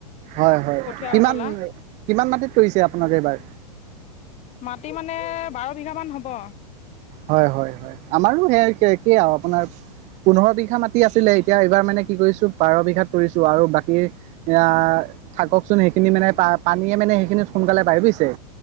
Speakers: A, on the right; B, on the left.
A: হয়-হয়
B: কঠীয়া
A: কিমান-কিমান
B: উঘলা
A: মাটিত কৰিছে আপো <unintelligible> এইবাৰ
B: মাটি মানে বাৰ বিঘা মান হ'ব
A: হয়-হয়-হয় আমাৰো সেই একে-একে আৰু আপোনাৰ পোন্ধৰ বিঘ বিঘা মাতি আছিলে এতিয়া এইবাৰ মানে কি কৰিছো পাৰ বিঘাত কৰিছো আৰু বাকী এয়া থাককচোন সেইখিনি মানে পা-পানীয়ে মানে সেইখিনি সোনকালে পায় বুজিছে?